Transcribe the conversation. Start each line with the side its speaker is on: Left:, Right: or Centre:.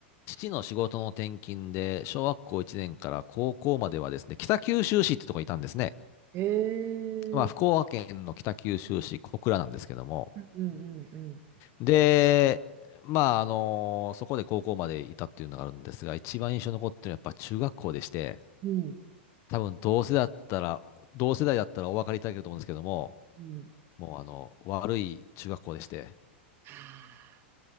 Left: 父の仕事の転勤で、小学校1年から高校まではですね、北九州市ってとこにいたんですね。
Right: えー。
Left: まあ、福岡県の北九州市小倉なんですけども、
Right: うんうんうん。
Left: で、まあ、あのそこで高校までいたっていうのがあるんですが、一番印象に残ってるのはやっぱ中学校でして、
Right: うん
Left: 多分同世代だったら、同世代だったらお分かりいただけると思うんですけども、
Right: うん。
Left: もうあの、悪い中学校でして、
Right: はあ